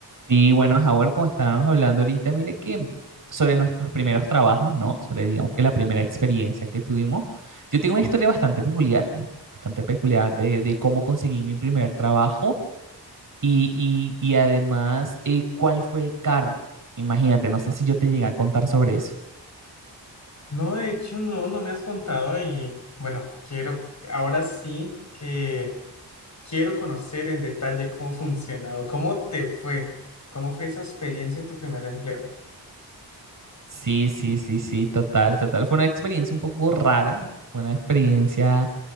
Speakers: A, on the right; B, on the left.
A: Sí, bueno, Howard, como estábamos hablando ahorita, mire que sobre nuestros primeros trabajos, ¿no? Sobre, digamos que la primera experiencia que tuvimos. Yo tengo una historia bastante peculiar, ¿no? Bastante peculiar de, de cómo conseguí mi primer trabajo y, y, y además eh, cuál fue el cargo. Imagínate, no sé si yo te llegué a contar sobre eso.
B: No, de hecho, no, no me has contado y bueno, quiero, ahora sí que quiero conocer en detalle cómo <laughs> funcionó, cómo te fue, cómo fue esa experiencia de tu primer empleo.
A: Sí, sí, sí, sí, total, total. Fue una experiencia un poco rara, fue una experiencia